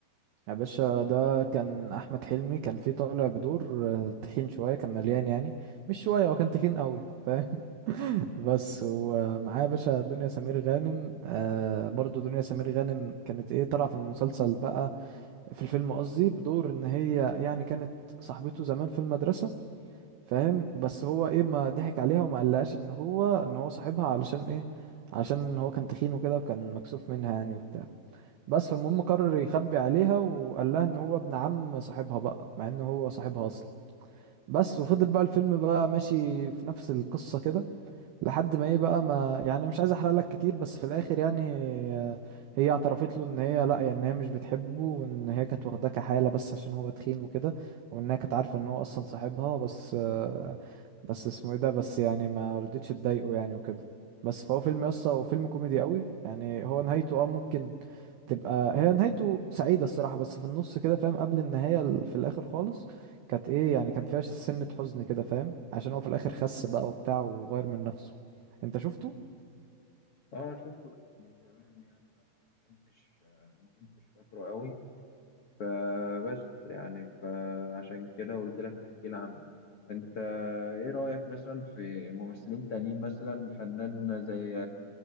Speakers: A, on the right; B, on the left.
A: يا باشا ده كان احمد حلمي كان فيه طالع بدور آه، تخين شويه كان مليان يعني مش شويه هو كان تخين قوي فاهم <laughs> بس ومعاه يا باشا دنيا سمير غانم آه برضو دنيا سمير غانم كانت ايه طالعه في المسلسل بقى في الفيلم قصدي بدور ان هي يعني كانت صاحبته زمان في المدرسه فاهم بس هو ايه ما ضحك عليها وما قالهاش ان هو ان هو صاحبها علشان ايه علشان هو كان تخين وكده وكان مكسوف منها يعني وبتاع بس فالمهم قرر يخبي عليها وقال لها ان هو ابن عم صاحبها بقى مع ان هو صاحبها اصلا بس وفضل بقى الفيلم بقى ماشي في نفس القصة كده لحد ما ايه بقى ما يعني مش عايز احرق لك كتير بس في الاخر يعني آه، هي اعترفت له ان هي لا يعني ان هي مش بتحبه وان هي كانت واخداه كحالة بس عشان هو تخين وكده وانها كانت عارفة ان هو اصلا صاحبها بس آه، بس اسمه ايه ده بس يعني ما رضيتش تضايقه يعني وكده بس فهو فيلم يسطا وفيلم كوميدي قوي يعني هو نهايته اه ممكن تبقى هي نهايته سعيدة الصراحة بس في النص كده فاهم قبل النهاية ال- في الآخر خالص كانت إيه يعني كان فيها سنة حزن كده فاهم عشان هو في الآخر خس بقى وبتاع وغير من نفسه أنت شفته؟
B: اه شفته بس من زمان يعني ما كنتش ما كنتش فاكره قوي فبس يعني فعشان كده قلت لك تحكي لي عنه انت ايه رأيك مثلا في ممثلين تانيين مثلا فنان زي